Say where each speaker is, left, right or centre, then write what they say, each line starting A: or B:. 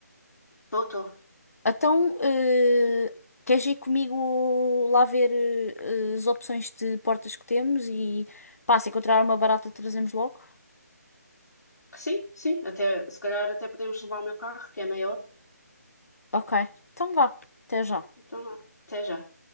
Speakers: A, on the left (about 70°); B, on the left (about 55°).
A: Tô, tô.
B: Então, eh, queres ir comigo lá ver eh, as opções de portas que temos e pá, se encontrar uma barata trazemos logo?
A: Sim, sim, até, se calhar até podemos levar o meu carro, que é maior.
B: Ok, então vá, até já.
A: Então, até já.